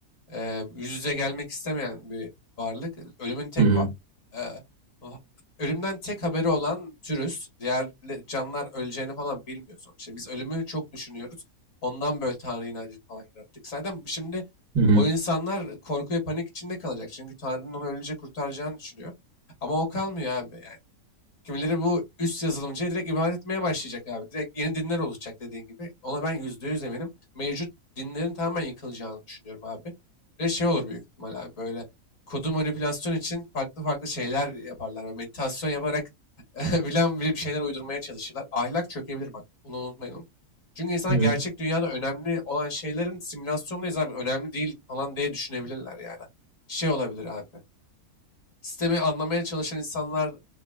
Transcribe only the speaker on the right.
hı hı,
hı hı,
hı
hı,